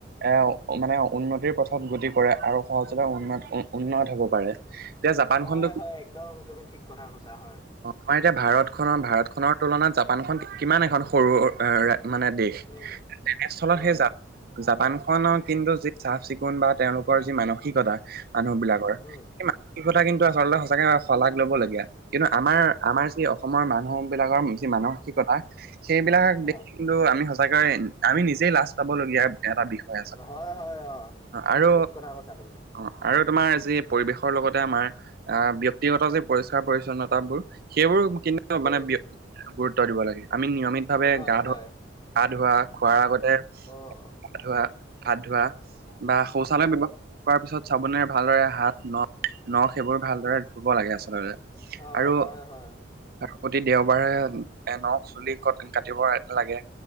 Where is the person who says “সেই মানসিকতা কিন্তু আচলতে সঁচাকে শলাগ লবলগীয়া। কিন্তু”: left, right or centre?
Right